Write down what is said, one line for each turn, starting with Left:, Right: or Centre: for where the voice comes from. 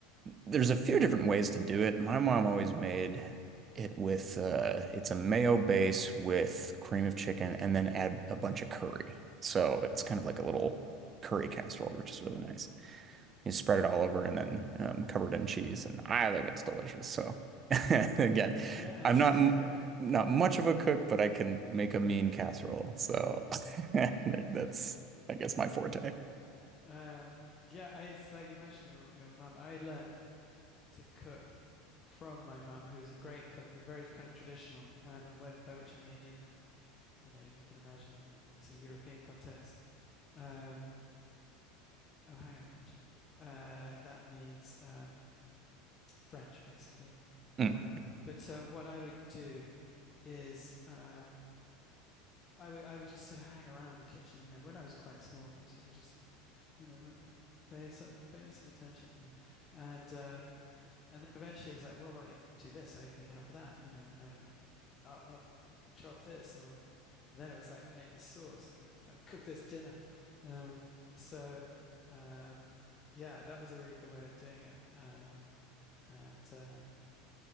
Right: there's a few different ways to do it. My mom always made it with uh it's a mayo base with cream of chicken and then add a bunch of curry. So it's kind of like a little curry casserole, which is really nice you spread it all over and then um, covered in cheese. And I think it's delicious. So <laughs> again,
Left: yeah, it
Right: I'm
Left: sounds
Right: not m-
Left: pretty good.
Right: not much of a cook, but I can make a mean casserole. So <laughs> that's, I guess, my forte.
Left: Um, yeah, I, it's like you mentioned your your mum. I learnt to cook from my mum, who was a great cook, but very kind of traditional. Um, and when by which I mean in the, you know, you can imagine in it's a European context. Um, oh, hang on, I'm just, uh, that means um, French, basically.
Right: Mm.
Left: Um, but so what I would do is um, I would I would just sort of hang around the kitchen, you know, when I was quite small, and sort of just you know like, pay some pay me some attention, you know, and um, and then eventually it was like, well, why don't you do this? I need help with that, you know, and then I'll, I'll you know, chop this, or then it was like make the sauce, and then it was like cook this dinner. Um, so um, yeah, that was a really good way of doing it, um, and um,